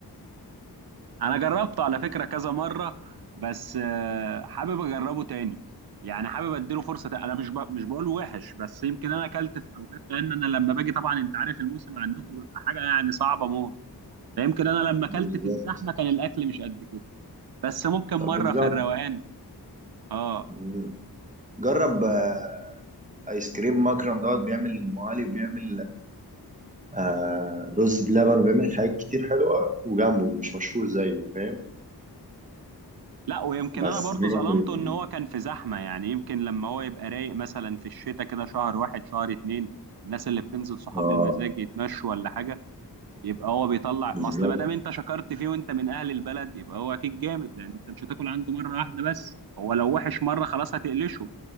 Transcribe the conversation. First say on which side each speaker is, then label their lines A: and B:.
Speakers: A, on the right; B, on the right.
A: <laughs> انا جربته على فكره كذا مره بس آه، حابب اجربه تاني يعني حابب اديله فرصه تاني. انا مش ب... مش بقوله وحش بس يمكن انا اكلت في اوقات لان انا لما باجي طبعا انت عارف الموسم عندكم بيبقى حاجه يعني صعبه موت فيمكن انا لما
B: بالظبط
A: اكلت في الزحمه كان الاكل مش قد كده بس ممكن مره
B: طب بالظبط
A: في الروقان اه
B: مم. جرب آه، ايس كريم مكرم دوت بيعمل ام علي وبيعمل آه رز بلبن وبيعمل حاجات كتير حلوه وجنبه مش مشهور زيه فاهم
A: لا ويمكن
B: بس
A: انا برضو
B: هي
A: ظلمته
B: في ال-
A: ان هو كان في زحمه يعني يمكن لما هو يبقى رايق مثلا في الشتاء كده شهر واحد شهر اتنين الناس اللي بتنزل صحاب
B: اه
A: المزاج يتمشوا ولا حاجه يبقى هو بيطلع
B: بالظبط
A: ما اصل ما دام انت شكرت فيه وانت من اهل البلد يبقى هو اكيد جامد لان انت مش هتاكل عنده مره واحده بس هو لو وحش مره خلاص هتقلشه